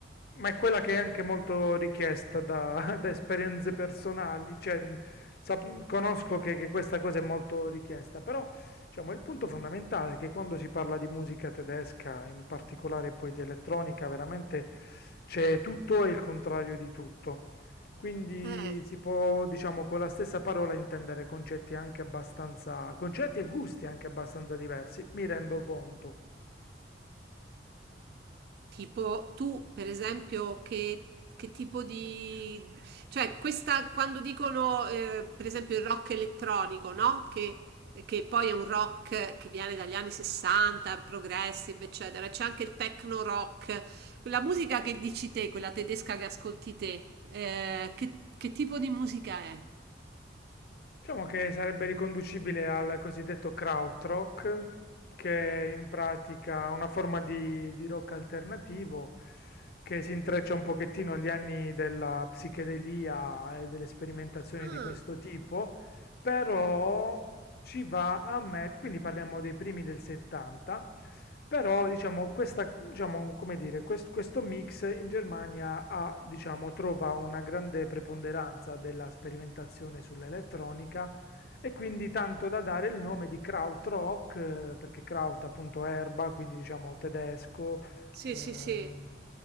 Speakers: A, on the left; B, on the right.
A: ma è quella che è anche molto richiesta da, <laughs> da esperienze personali, cioè, sap- conosco che, che questa cosa è molto richiesta, però diciamo, il punto fondamentale è che quando si parla di musica tedesca, in particolare poi di elettronica, veramente c'è tutto e il contrario di tutto. Quindi
B: Eh,
A: si può, diciamo, con la stessa parola intendere concetti anche abbastanza, concetti e gusti anche abbastanza diversi, mi rendo conto.
B: tipo tu, per esempio, che, che tipo di... Cioè, questa, quando dicono, eh, per esempio, il rock elettronico, no? Che, che poi è un rock che viene dagli anni 60, progressive, eccetera. C'è anche il techno rock, quella musica che dici te, quella tedesca che ascolti te, eh, che, che tipo di musica è?
A: Diciamo che sarebbe riconducibile al cosiddetto krautrock, che è in pratica una forma di, di rock alternativo che si intreccia un pochettino agli anni della psichedelia e delle sperimentazioni
B: Ah,
A: di questo tipo, però ci va a mettere, quindi parliamo dei primi del 70, però diciamo, questa, diciamo, come dire, quest- questo mix in Germania ha, diciamo, trova una grande preponderanza della sperimentazione sull'elettronica e quindi tanto da dare il nome di Krautrock, eh, perché Kraut appunto erba, quindi diciamo tedesco, eh,
B: sì, sì, sì.